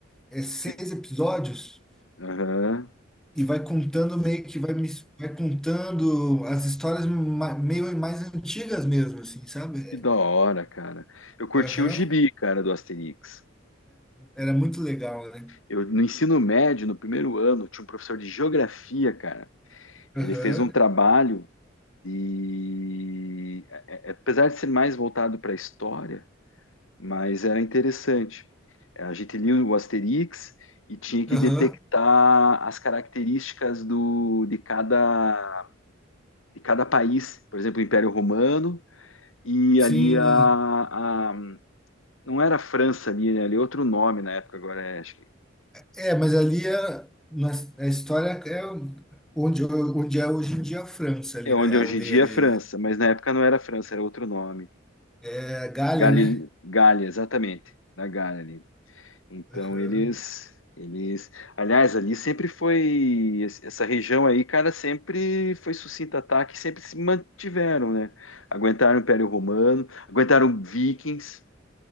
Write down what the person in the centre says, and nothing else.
É seis
episódios
e vai contando meio que vai, mis- vai contando as histórias ma- meio mais antigas mesmo, assim, sabe?
É,
Aham,
Era muito legal, né?
Aham,
aham,
Sim.
É, mas ali é, na, a história é onde, onde é hoje em dia a França ali,
né? A
aldeia
deles.
É Galha,
né?
Aham.